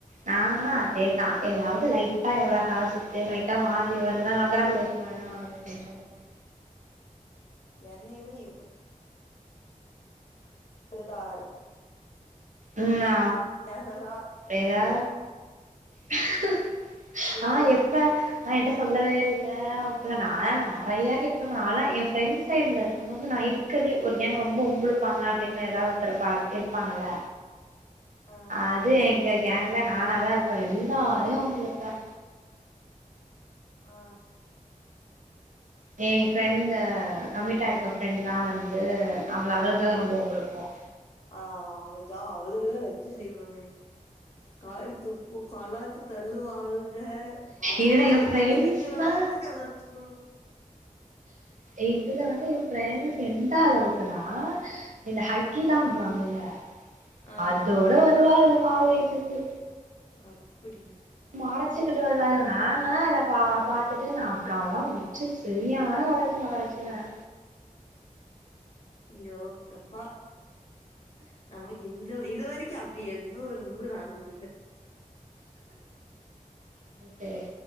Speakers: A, on the right; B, on the left.
A: நாங்கன்னா அதேதா எதாவது லைட்டா எதா தல சுத்து லைட்டா வாந்தி வருதுனா கங்கிராஜூலேஷன் அப்டின்னுவாங்க கங்கிரேசன்ஸ் சொல்லிரோ
B: என்ன இவரு டியோ குருதார்
A: உம் நா
B: கசசா <unintelligible>
A: எதா <inaudible>
B: கேட்டுட்டே
A: ஆ எப்ப ஆ என்ட்ட சொல்லவே இல்ல அப்பல்லா நாலா நெறய கேட்டுருப்பே ஆனா என் ஃப்ரெண்ட் சைடு்ல இருக்கும்போது நா இருக்கதே ஒரு கேங் ரொம்ப ஒம்பிழுப்பாங்க அப்டின்னு எதாவது ஒரு கடுப்பா இருப்பாங்கல்ல
B: ஆ
A: அது எங்க கேங்ல நானாதான் இருப்பேன் எல்லாரையும் வம்பிழுப்பேன்
B: ஆ
A: என் ஃப்ரெண்ட் கமிட்டாயிருக்க ஃப்ரெண்ட்லாம் வந்து அவள அவளதான் ரொம்ப வம்பிழுப்போம்
B: ஆ அதா அவளுக்கலதான் வெச்சு செய்வோமே காரி துப்புவோம் கலாய் த்தள்ளுவா அவளுக்கு அவமான
A: இதுல என் ஃப்ரெண்ட்ஸ்னா
B: பற்றி நிக்கிற அளவுக்கு கலாச்சுவோம்
A: இதுல வந்து என் ஃப்ரெண்டஸ் எந்த அளவுக்குன்னா இந்த ஹக்கில்லாம் பண்ணுவாங்கல்ல
B: ஆ
A: அதோட வருவாள்க காலேஜுக்கு
B: அப்படியா
A: அழைச்சுக்கிட்டு வருவாளுங்க நாங்கலாம் அதை பா பாத்துட்டு நான் அப்பறல்லாம் வெச்சு சரியான கலாச்சு கலாச்சிருவேன்
B: ஐய்யோ எப்பா நம்மளுக்கு இந்த இது வரைக்கும் அப்படி எதுவும் ஒரு இது நடந்தது இல்ல
A: அது செ